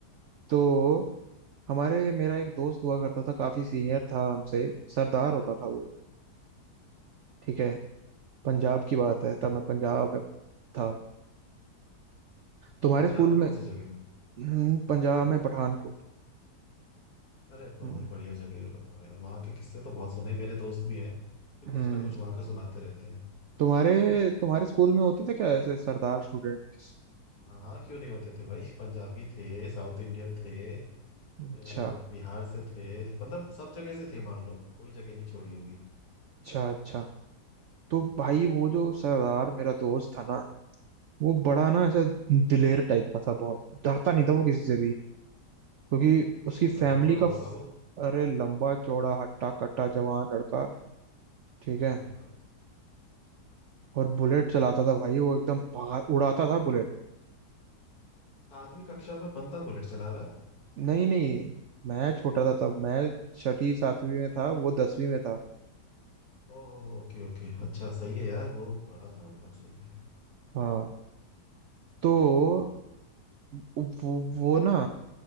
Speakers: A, on the right; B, on the left.
A: तो हमारे मेरा एक दोस्त हुआ करता था काफी सीनियर था हमसे सरदार होता था वो ठीक है पंजाब की बात है तब मैं पंजाब में था
B: अच्छा
A: तुम्हारे
B: पंजाब
A: स्कूल
B: में कौन
A: में
B: सी जगह
A: हम्म, पंजाब में पठानकोट
B: अरे बहुत
A: हम्म
B: बढ़िया जगह है बताओ यार वहाँ के किस्से तो बहुत सुने मेरे दोस्त भी हैं तो
A: हम्म,
B: कुछ ना कुछ वहाँ का सुनाते रहते हैं
A: तुम्हारे तुम्हारे स्कूल में होते थे क्या ऐसे सरदार स्टूडेंट्स
B: हाँ हाँ क्यों नहीं होते थे भाई पंजाबी थे साउथ इंडियन थे फिर
A: अच्छा
B: बिहार से थे मतलब सब जगह से थे मान लो कोई जगह नहीं छोड़ी होगी
A: अच्छा अच्छा तो भाई वो जो सरदार मेरा दोस्त था ना वो बड़ा ना ऐसा दिलेर टाइप का था बहुत डरता नहीं था वो किसी से भी क्योंकि उसकी फैमिली
B: लंबा चौड़ा
A: का
B: होगा वो तो
A: अरे लंबा चौड़ा हट्टा कट्टा जवान लड़का ठीक है
B: अरे भाई
A: और बुलेट चलाता था भाई वो एकदम भगा उड़ाता था बुलेट
B: सातवीं कक्षा में बंदा बुलेट चला रहा है
A: नहीं नहीं मैं छोटा था तब मैं छठी सातवीं में था वो दसवीं में था
B: ओहो हो ओके ओके अच्छा सही है यार वो पढ़ा था मतलब सही है
A: हाँ तो वो, वो ना